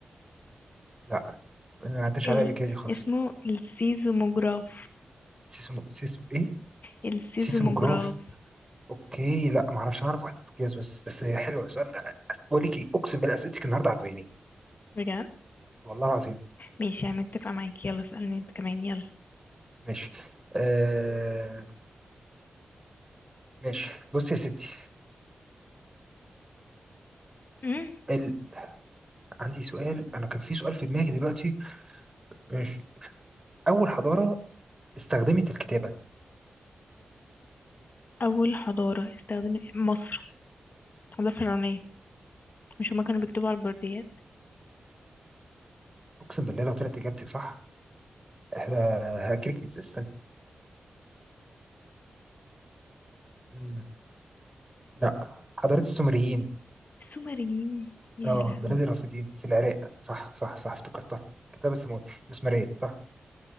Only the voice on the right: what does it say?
لا ما عداش
عليا قبل كده دي خالص
سيسم سيسم ايه
سيسموجراف اوكي لا ما اعرفش اعرف واحد قياس بس بس هي حلوه سؤال بقول لك ايه اقسم بالله اسئلتك النهارده عجباني
والله العظيم
ماشي آه ماشي بص يا ستي
ال... عندي سؤال انا كان في سؤال في دماغي دلوقتي ماشي اول حضاره استخدمت الكتابه
اقسم بالله لو طلعت اجابتك صح آه، هاكلك بيتزا استنى مم. لا حضاره السومريين
اه
بلاد الرافدين في العراق صح صح صح افتكرتها كتاب السماوي مسمارية صح